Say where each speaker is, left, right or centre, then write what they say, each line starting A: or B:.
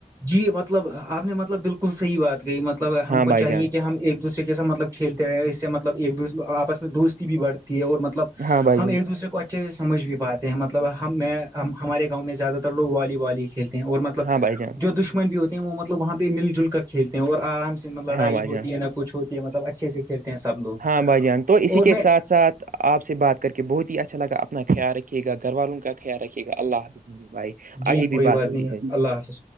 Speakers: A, on the right; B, on the right.
A: جی مطلب آپ نے مطلب بالکل صحیح بات کہ مطلب
B: ہاں
A: ہم کو
B: بھائی
A: چاہیے
B: جان
A: کہ ہم ایک دوسرے کے سات مطلب کھیلتے رہے اس سے مطلب ایک دو آپ میں دوستی بھی بڑھتی ہے اور مطلب
B: ہاں بھائی
A: ہم
B: جان
A: ایک دوسرے کو اچھے سے سمجھ بھی پاتے ہیں مطلب ہم میں ہمارے گاؤں میں زیادہ تر لوگ والی والی کھیلتے ہیں اور مطلب
B: ہاں بھائی جان
A: جو دشمن بھی ہوتے ہیں وہ مطلب وہاں پہ مل جل کر کھیلتے ہیں اور آرام سے لڑائی
B: ہاں بھائی جان
A: ہوتی ہے نہ کچ ہوتی ہے مطلب اچھے سے کھیل ہیں سب لوگ
B: ہاں بھائی جان تو اسی
A: اور
B: کے
A: میں
B: ساتھ ساتھ تو آپ سے بات کر کے بہت ہی اچھا لگا اپنا خیال رکھیے گا گھر والوں کا خیال رکھیے گا اللہ بھائی
A: جی
B: آگے
A: کوئی
B: بھی بات ہوتی
A: نہیں
B: ت
A: اللہ حافظ